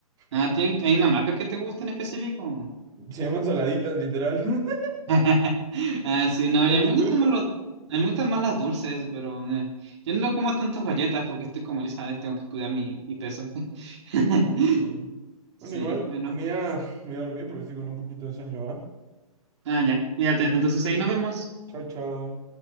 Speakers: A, on the right; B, on the right.
A: Ah,
B: <laughs>
A: ¿tienen- ¿hay una marca que te gusta en específico?
B: Se llaman saladitas, literal. <laughs>
A: <laughs> Ah, sí, no,
B: ¿Y, la-
A: y a mí
B: y
A: me
B: tú,
A: gustan
B: y tú?
A: más los, a mí me gustan más las dulces, pero eh, yo no como tantas galletas porque estoy como, ya sabes, tengo que cuidar mi, mi peso. <laughs>
B: Ok.
A: Sí,
B: Bueno, igual,
A: bueno.
B: me voy a, me voy a dormir porque estoy con un poquito de sueño, ¿va?
A: Ah, ya, cuídate. Entonces ahí nos vemos.
B: Chao, chao.